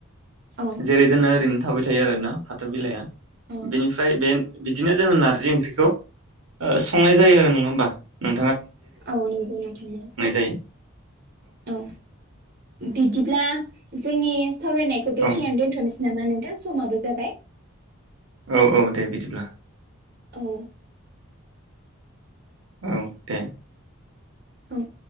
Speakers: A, on the right; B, on the right.
A: औ
B: जेरै दोनो ओरैनो थाबाय थायो आरोना फाथो बिलाइआ
A: औ
B: बेनिफ्राय बेन बिद दिनो जोङो नारजि ओंख्रिखौ ओ संनाय जायो आरो नङा होमबा नों
A: औ नंगौ नोंथांनो
B: जायो
A: औ बिदिब्ला जोंनि सावरायनायखौ बेखिनियानो
B: औ
A: दोनथनोसै नामा नोंथां समाबो जाबाय।
B: औ औ दे बिदिब्ला
A: औ
B: औ दे
A: औे